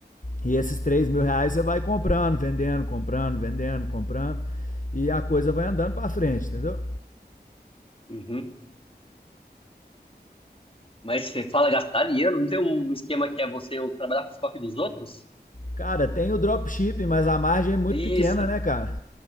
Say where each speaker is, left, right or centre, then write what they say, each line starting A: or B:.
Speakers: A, on the left (about 50°); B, on the left (about 30°).
A: e esses três mil reais você vai comprando, vendendo, comprando, vendendo, comprando. E a coisa vai andando para frente, entendeu?
B: Uhum. Mas você fala gastar dinheiro? Não tem um esquema que é você trabalhar com o estoque dos outros?
A: Cara, tem o dropshipping, mas a margem é muito
B: Isso.
A: pequena, né, cara?